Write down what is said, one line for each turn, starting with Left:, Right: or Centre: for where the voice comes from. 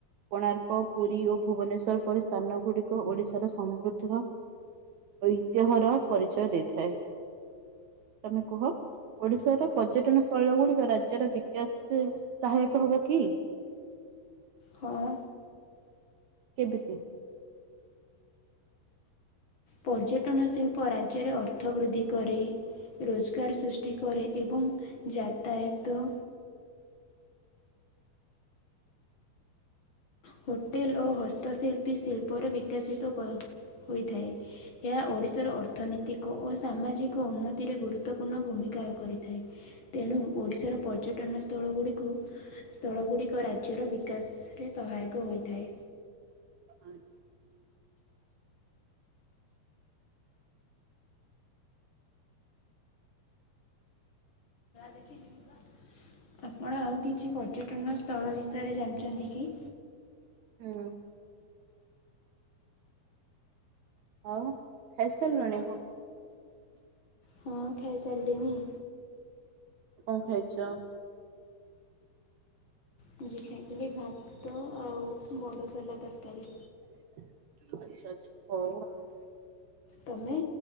Right: କୋଣାର୍କ ପୁରୀ ଓ ଭୁବନେଶ୍ୱର ପରି ସ୍ଥାନ ଗୁଡିକ ଓଡିଶାର ସମୃଦ୍ଧ ଐତିହ୍ୟର ପରିଚୟ ଦେଇଥାଏ। ତମେ କୁହ? ଓଡିଶାର ପର୍ଯ୍ୟଟନ ସ୍ଥଳ ଗୁଡିକ ରାଜ୍ୟର ବିକାଶରେ ସହାୟକ ହବ କି?
Left: ହଁ।
Right: କେମିତି?
Left: ପର୍ଯ୍ୟଟନ ଶିଳ୍ପ ରାଜ୍ୟରେ ଅର୍ଥ ବୃଦ୍ଧି କରେ। ରୋଜଗାର ସୃଷ୍ଟି କ ଏବଂ ଯାତାୟାତ- ହୋଟେଲ ଓ ହସ୍ତଶିଳ୍ପୀ ଶିଳ୍ପରେ ବିକଶିତ ହୋଇଥାଏ ଏହା ଓଡିଶାର ଅର୍ଥନୈତିକ ଓ ସାମାଜିକ ଉନ୍ନତିରେ ଗୁରୁତ୍ୱପୂର୍ଣ୍ଣ ଭୂମିକା କରିଥାଏ। ତେଣୁ ଓଡିଶାର ପର୍ଯ୍ୟଟନ ସ୍ଥଳ ଗୁଡିକୁ ସ୍ଥଳ ଗୁଡିକ ରାଜ୍ୟର ବିକାଶ ରେ ସହାୟକ ହୋଇଥାଏ।
Right: ଆଚ୍ଛା।
Left: ଦେଖ ଆପଣ ଆଉ କିଛି ପର୍ଯ୍ୟଟନ ସ୍ଥଳ ବିଷୟରେ
Right: ଆଚ୍ଛା।
Left: ଜାଣିଛନ୍ତି କି?
Right: ହୁଁ। ଆଉ ଖାଇ ସାରିଲୁଣି?
Left: ହଁ ଖାଇସାରିଲିଣି।
Right: କଣ ଖାଇଛ?
Left: ମୁ ଆଜି ଖାଇଥିଲି ଭାତ ଆଉ ବଡ଼ ସୋଲା ତରକାରୀ।
Right: ଆଚ୍ଛା ଆଚଛା ପଳେଇବ ଆଉ।
Left: ତମେ?